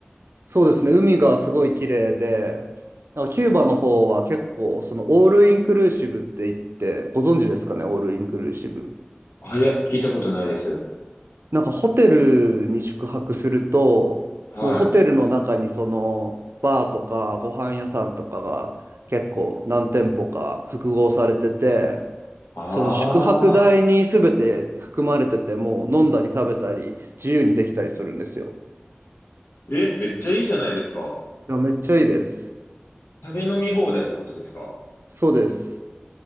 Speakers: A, on the right; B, on the left.
A: そうですね。海がすごい綺麗で、なんかキューバの方は結構、そのオールインクルーシブって言って、ご存知ですかね、オールインクルーシブ。
B: あいや、聞いたことないです。
A: なんかホテルに宿泊すると、
B: はい。
A: もうホテルの中にそのバーとかご飯屋さんとかが結構何店舗か複合されてて、
B: あ
A: その宿泊代に全て含まれてて、もう飲んだり食べたり自由にできたりするんですよ。
B: え、めっちゃいいじゃないですか。
A: いや、めっちゃいいです。
B: 食べ飲み放題ってことですか
A: そうです。